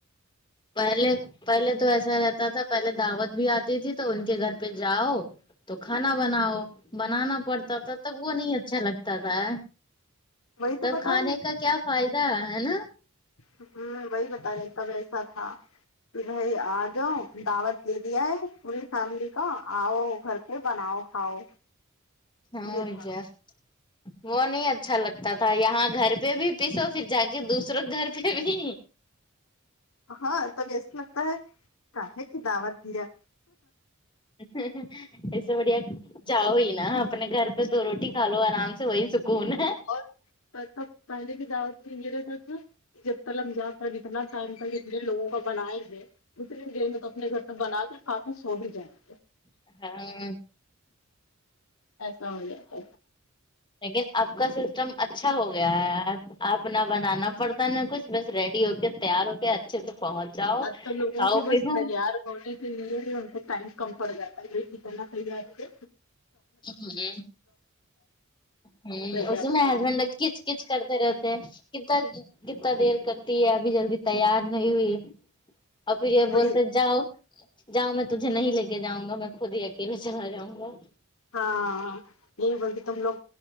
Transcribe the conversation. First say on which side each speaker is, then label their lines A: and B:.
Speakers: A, on the left (about 20°); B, on the left (about 70°).
A: پہلے پہلے تو ایسا رہتا تھا پہلے دعوت بھی آتی تھی تو ان کے گھر پہ جاؤ تو کھانا بناؤ بنانا پڑتا تھا تب وہ نہیں اچھا لگتا تھا
B: وہی
A: تب
B: تو بتا
A: کھانے کا کیا فائدہ ہے نا
B: ہمم وہی بتا رہے سب ایسا تھا کہ بھائی آجاؤ دعوت دے دیا ہے پوری فیملی کا آؤ گھر پہ بناؤ کھاؤ
A: ہاں
B: یہ
A: بھیا
B: تھا
A: وہ نہیں اچھا لگتا تھا یہاں گھر پہ بھی پیسو پھر جا کے دوسروں گھر پہ بھی
B: ہاں توب ایسے لگتا ہے کاہے کی دعوت دیا
A: اچھا ایسے بڑھیا چاو ہی نا اپنے گھر پہ دو روٹی کھا لو آرام سے وہی سکون ہے
B: اور سب پہلے کی دعوت میں یہ رہتا تھا کہ جب تک ل ہم جا کر اتنا ٹائم تک اتنے لوگوں کا بنائے ہوئے اتنے دیر میں تو اپنے گھر پ بنا کے کھا کے سو بھی جائیں گے
A: ہاں
B: ایسا ہو جاتا
A: <inaudible> لیکن آپ کا سسٹم اچھا ہو گیا ہے آپ نہ بنانا پڑتا نہ کچھ بس ریڈی ہو کے تیار ہوکے اچھے تو پہنچ جاؤ
B: ابتو لوگو
A: کھاؤ
B: کو
A: پیو
B: بس
A: ہوں
B: تیار ہونے کے لئے ٹائم کم پڑ جاتا ہے یہ کتنا تیار ہوئے
A: ہ ہ
B: ہے تیار
A: اسے میں ہسبینڈ ل <inaudible> کچھ کرتے رہتے ہیں کے کال کتنا دیر کرتی ہے ابھی جلدی تیار نہیں ہوئی اور پھر یہ
B: وہی
A: بولتے جاؤ جاؤں میں تجھے نہیں لے کے جاؤں گا میں خود ہی اکیلے چلا جاؤں گا
B: ہاں یہی بولتے تم لوگ